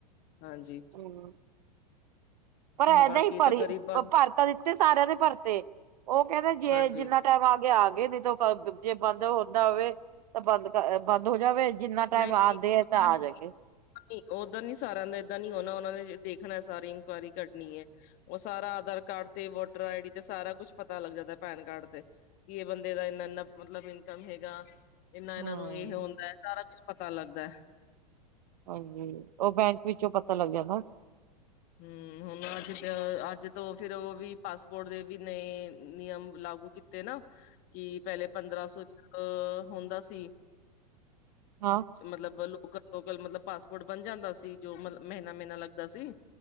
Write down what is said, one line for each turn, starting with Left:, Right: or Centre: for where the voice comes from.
Left: ਹਾਂਜੀ
Right: ਹੂੰ ਪਰ ਇਹਦਾਂ
Left: ਬਾਕੀ
Right: ਹੀ ਭਰੀ,
Left: ਤਾਂ ਗ਼ਰੀਬਾਂ
Right: ਭਰ ਦਿੱਤੇ। ਸਾਰਿਆਂ ਦੇ ਭਰਤੇ, ਉਹ ਕਹਿੰਦੇ ਜੇ
Left: ਹਾਂਜੀ
Right: ਜਿੰਨਾ ਟਾਈਮ ਆ ਕੇ ਆ ਗਏ ਨ ਤਾਂ ਜੇ ਬੰਦ ਹੁੰਦਾ ਹੋਵੇ ਤਾਂ ਬੰਦ -ਬੰਦ ਹੋ ਜਾਵੇ। ਜਿੰਨਾ ਟਾਈਮ
Left: ਲ ਦ
Right: ਆਉਂਦੇ
Left: <unintelligible>
Right: ਹੈ ਤਾਂ ਆ ਜਾਗੇ
Left: ਓਦਰ ਨੀ ਸਾਰਿਆਂ ਦਾ ਏਦਾਂ ਨੀ ਹੋਣਾ, ਉਹਨਾਂ ਨੇ ਦੇਖਣਾ, ਸਾਰੀ ਇਨਕੁਆਇਰੀ ਕਰਨੀ ਏ। ਉਹ ਸਾਰਾ ਆਧਾਰ ਕਾਰਡ ਤੇ ਵੋਟਰ ਆਈ ਡੀ ਤੇ ਸਾਰਾ ਕੁਛ ਪਤਾ ਲੱਗ ਜਾਂਦਾ ਪੈਨ ਕਾਰਡ ਤੇ। ਕੀ ਇਹ ਬੰਦੇ ਦਾ ਇੰਨਾ-ਇੰਨਾ ਮਤਲਬ ਇਨਕਮ ਹੈਗਾ। ਏਨਾ ਇਹਨਾਂ
Right: ਹਾਂ
Left: ਨੂੰ ਇਹ ਹੁੰਦਾ, ਸਾਰਾ ਕੁਝ ਪਤਾ ਲੱਗਦਾ।
Right: ਹਾਂਜੀ, ਉਹ ਬੈਂਕ ਵਿੱਚੋਂ ਪਤਾ ਲੱਗ ਜਾਂਦਾ।
Left: ਹੂੰ, ਹੁਣ ਅੱਜ-ਅੱਜ ਤੋਂ ਫਿਰ ਉਹ ਵੀ ਪਾਸਪੋਰਟ ਦੇ ਵੀ ਨਏ ਨਿਯਮ ਲਾਗੂ ਕੀਤ ਤੇ ਨਾ, ਕੀ ਪਹਿਲੇ ਪੰਦਰਾਂ ਸੌ ਚ ਹੁੰਦਾ ਸੀ।
Right: ਹਾਂ।
Left: ਮਤਲਬ ਲੋਕਲ-ਲੋਕਲ ਮਤਲਬ ਪਾਸਪੋਰਟ ਬਣ ਜਾਂਦਾ ਸੀ, ਜੋ ਮਤਲਬ ਮਹੀਨਾ-ਮਹੀਨਾ ਲੱਗਦਾ ਸੀ।